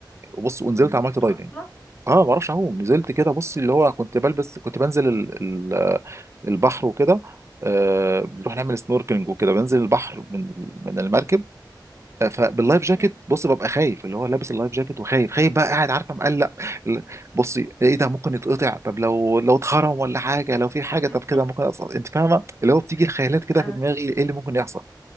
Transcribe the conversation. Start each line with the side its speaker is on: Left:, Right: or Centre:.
Right: وبص ونزلت
Left: مم.
Right: عملت دايفنج
Left: أصلا
Right: اه ما اعرفش اعوم نزلت كده بص اللي هو كنت بلبس كنت بنزل ال- ال- البحر وكده آه بنروح نعمل سنوركلينج وكده بنزل البحر من من المركب فباللايف جاكيت
Left: مم.
Right: بص ببقى خايف اللي هو لابس اللايف جاكيت وخايف خايف بقى قاعد عارفه مقلق ال- بصي ايه ده ممكن يتقطع طب لو لو اتخرم ولا حاجه لو في حاجه
Left: <laughs>
Right: طب كده ممكن أصلا انت فاهمه اللي هو بتيجي الخيالات كده
Left: أه
Right: في دماغي ايه اللي ممكن يحصل